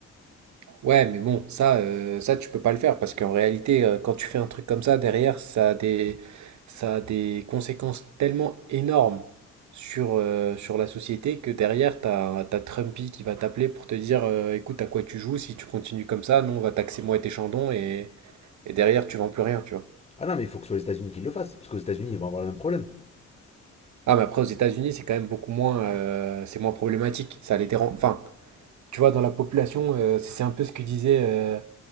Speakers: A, on the right (about 70°); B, on the left (about 20°).
A: Ouais, mais bon, ça, euh, ça tu peux pas le faire parce qu'en réalité, euh, quand tu fais un truc comme ça, derrière, ça a des, ça a des conséquences tellement énormes sur, euh, sur la société que derrière, t'as, t'as Trumpy qui va t'appeler pour te dire, euh, écoute, à quoi tu joues, si tu continues comme ça, nous, on va taxer moi et tes chandons et, et derrière, tu vends plus rien, tu vois.
B: Ah non, mais il faut que ce soit les États-Unis qui le fassent, parce qu'aux États-Unis ils vont avoir le même problème.
A: Ah, mais après, aux États-Unis, c'est quand même beaucoup moins, euh, c'est moins problématique. Ça les dérange. Enfin, tu vois, dans la population, euh, c'est un peu ce que disait. euh,